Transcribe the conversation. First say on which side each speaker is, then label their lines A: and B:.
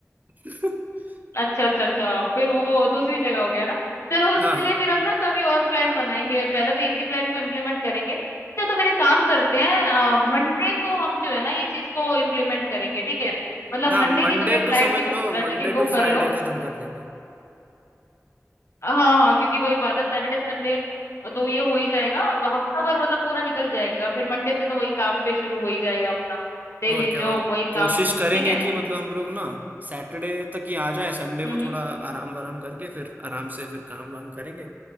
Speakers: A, on the right; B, on the left.
A: <laughs>
B: अच्छा अच्छा अच्छा फिर वो दूसरी जगह हो गया ना चलो उसके
A: हाँ हाँ
B: लिए फिर हम ना कभी और प्लान बनाएंगे पहले तो इसी प्लान को इम्प्लीमेंट करेंगे क्या तो फिर एक काम करते हैं मंडे को हम जो है ना ये चीज को इम्प्लीमेंट करेंगे ठीक है मतलब
A: हाँ
B: मंडे
A: मंडे
B: की तुम्हें फ्लाइट
A: टू समझ
B: की
A: लो
B: बुक टिकट
A: मंडे
B: बुक
A: टू
B: कर
A: फ्राइडे
B: लो
A: खत्म कर देंगे
B: हाँ हाँ क्योंकि वही बात है सैटरडे संडे तो ये हो ही जाएगा हफ्ता भर मतलब पूरा निकल जाएगा फिर मंडे से तो वही काम पे शुरू हो ही जाएगा अपना डेली
A: और क्या
B: जॉब
A: और
B: वही
A: कोशिश
B: काम ठीक
A: करेंगे
B: है
A: कि मतलब हम लोग ना सैटरडे तक ही आ जाए संडे
B: हम्म
A: को थोड़ा आराम वाराम करके फिर आराम से फिर काम वाम करेंगे